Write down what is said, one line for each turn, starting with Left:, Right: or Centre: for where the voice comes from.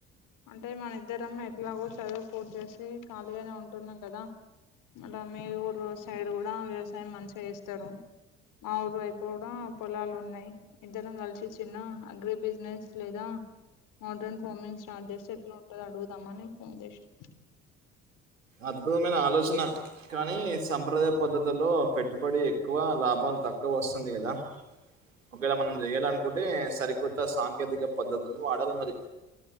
Left: అంటే మన ఇద్దరం ఎట్లాగో చదువు పూర్ చేేసి ఖాళీగానే ఉంటున్నాం కదా అలా మీ ఊరు సైడ్ కూడా వ్యవసాయం మంచిగ చేస్తరు మా ఊరు అయిపోవడం పొలాలు ఉన్నాయి ఇద్దరం కలిసి చిన్న అగ్రి బిజినెస్ లేదా మోడ్రన్ ఫార్మింగ్ స్టార్ట్ చేస్తే ఎట్లా ఉంటది అడుగుదాంనే ఫోన్ చేషన్
Right: అద్భుతమైన ఆలోచన కానీ సాంప్రదాయ పద్ధతుల్లో పెట్టుబడి ఎక్కువ లాభం తక్కువ వస్తుంది కదా ఒకవేళ మనం జేయ్యల అనుకుంటే సరికొత్త సాంకేతిక పద్ధతులను వాడాలి మరి